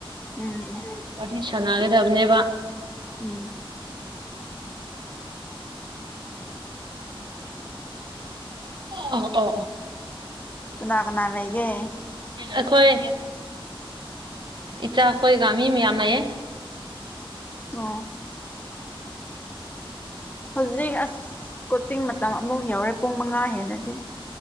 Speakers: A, on the left; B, on the right.
A: ꯎꯝ
B: ꯄꯥꯇ ꯁꯥꯟꯅꯥꯒꯗꯕꯅꯦꯕ
A: ꯎꯝ
B: ꯑ ꯑꯣ ꯑꯣ
A: ꯀꯅꯥ ꯀꯅꯥ ꯂꯩꯒꯦ
B: ꯑꯩꯈꯣꯏ ꯏꯆꯥꯈꯣꯏꯒꯃꯤ ꯃꯌꯥꯝ ꯂꯩꯌꯦ <inaudible>
A: ꯑꯥ ꯍꯧꯖꯤꯛ ꯑꯁ ꯀꯣꯆꯤꯡ ꯃꯇꯝ ꯑꯃꯨꯛ ꯌꯧꯔꯦ ꯄꯨꯡ ꯃꯉꯥ ꯍꯦꯟꯅꯗꯤ